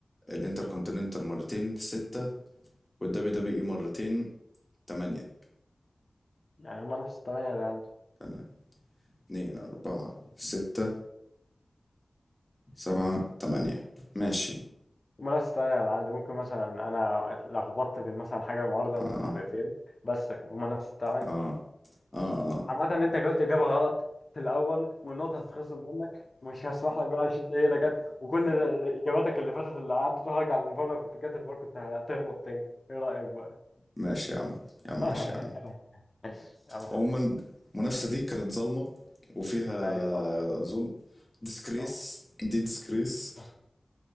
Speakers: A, on the left; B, on the left.
A: الانتر كونتيننتال مرتين ستة والدبليو دبليو اي مرتين تمانية
B: يعني هما نفس الثمانية اللي عندي
A: استنى اتنين أربعة ستة سبعة تمانية ماشي
B: هما نفس الثمانية اللي عندي ممكن مثلا أنا اتلخبطت بين مثلا حاجة مرة من
A: اه
B: مرتين بس لكن هما نفس الثمانية
A: اه اه اه
B: عامة انت جاوبت اجابة غلط في الاول والنقطة هتتخصم منك ومش هسمح لك بقى عشان انت ايه رجعت وكل اجاباتك اللي فاتت اللي قعدت تقول هرجع للفار لو كنت جات الفار كنت هتغلط تاني ايه رأيك بقى؟
A: ماشي يا عم يا عم
B: <laughs>
A: ماشي يا عم
B: يا عم حبيبي
A: عموما المنافسة دي كانت ظالمة وفيها
B: ايوه طبعا
A: ظلم ديسكريس
B: طبعا
A: دي ديسكريس
B: <laughs>